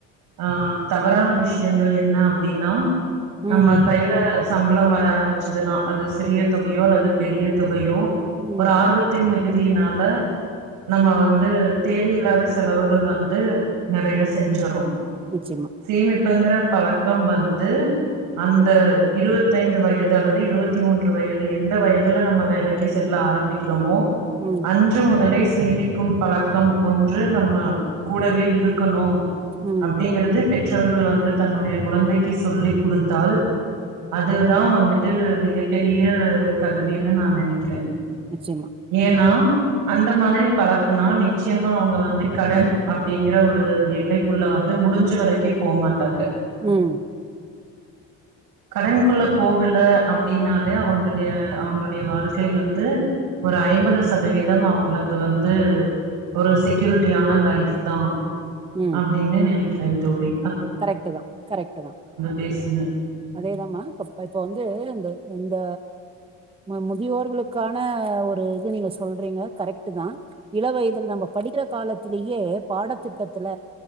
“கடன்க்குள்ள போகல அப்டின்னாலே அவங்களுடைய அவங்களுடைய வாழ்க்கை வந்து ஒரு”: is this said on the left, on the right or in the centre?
Right